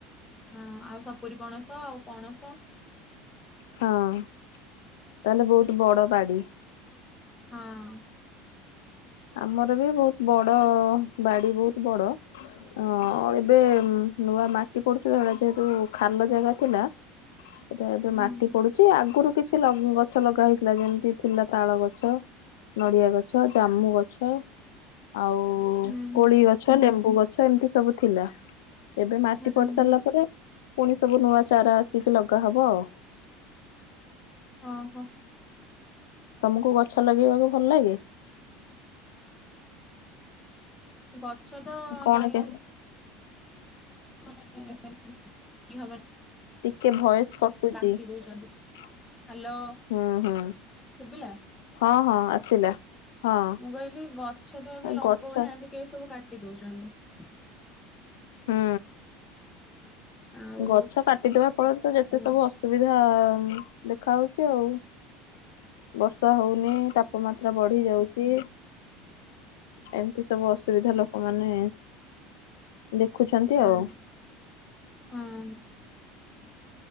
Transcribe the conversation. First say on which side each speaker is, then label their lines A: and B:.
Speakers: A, on the left; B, on the left.
A: ହଁ ଆଉ ସପୁରିୀ ପଣ ତ ଆଉ ପଣସ।
B: ହଁ ତାହେଲେ ବହୁତ ବଡ ବାଡ଼ିି
A: ହଁ।
B: ଆମର ବି ବହୁତ ବଡ ବାଡି ବହୁତ ବଡ ଅ ଏବେ ନୂଆ ମାଟି ପଡୁଛି ତ ଯେହେତୁ ଖାଲ ଜାଗା ଥିଲା। ଏଟା ଏବେ
A: ହୁଁ
B: ମାଟି ପଡୁଛି ଆଗରୁ କିଛି ଲ ଗଛ ଲଗା ହେଇଥିଲା ଯେମିତି ଥିଲା ତାଳ ଗଛ ନଡିଆ ଗଛ ଜାମୁ ଗଛ ଛ ଆଉ
A: ହୁଁ ହୁଁ
B: କୋଳି ଗଛ ଲେମ୍ବୁ ଗଛ ଗଛ ଏମିତି ସବୁ ଥିଲା ଏବେ ମାଟି
A: ହୁଁ
B: ପଡି
A: ହୁଁ
B: ସାରିଲା ପରେ ପୁଣି ସବୁ ନୂଆ ଚାରା ଆସିକି ଲଗା ହବ ଆଉ।
A: ହ ହୋ
B: ତମକୁ ଗଛ ଲଗେଇବାକୁ ଭଲ ଲାଗେ
A: ଗ ଛଦ
B: କଣ
A: ନ
B: କେ
A: ଲକ <unintelligible>
B: ଟିକେ ଭୟସ କଟୁଛି
A: କାଟି ଦଉଛନ୍ତି।
B: ହୁଁ
A: ହ୍ୟାଲୋ
B: ହୁଁ
A: ଶୁଭିଲା?
B: ହଁ ହଁ ଆସିଲା। ହଁ
A: ମୁଁ କହିଲି ଗଛ ତ ଏବେ ଲଗଉନାହାନ୍ତି
B: ଗଛ
A: କେହି ସବୁ କାଟ ଦଉ ଜନ୍ତି
B: ହଁ।
A: ଆଉ
B: ଗଛ କାଟିଦବା ଫଳରେ ତ ଯେତେ
A: ହଁ
B: ସବୁ ଅସୁବିଧା ଦେଖା ହଉଛି ଆଉ। ବର୍ଷ ଶଷ ହଉନି ତାପମାତ୍ରା ବଢି ଯାଉଛି। ଏମତି ସବୁ ଅସୁବିଧା ଲୋକ ମାନେ ଦେଖୁଛନ୍ତି
A: ହୁଁ
B: ଆଉ।
A: ହଁ